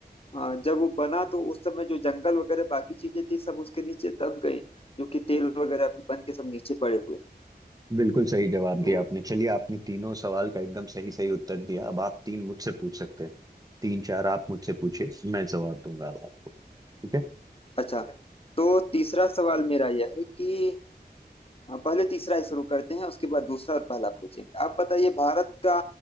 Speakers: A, on the left (about 35°); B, on the right (about 20°).
A: अ, जब वो बना तो उस समय जो जंगल वगैरह बाकी चीजें थी सब उसके नीचे दब गई जो कि तेल वगैरह भी बन के सब नीचे पड़े हुए
B: बिल्कुल सही जवाब
A: तो
B: दिया आपने चलिए आपने तीनों सवाल का एकदम सही सही उत्तर दिया अब आप तीन मुझसे पूछ सकते हैं तीन चार आप मुझसे पूछिए मैं जवाब दूंगा अब आपको ठीक है
A: अच्छा तो तीसरा सवाल मेरा यह है कि अ, पहले तीसरा ही शुरू करते हैं उसके बाद दूसरा और पहला पूछेंगे आप बताइए भारत का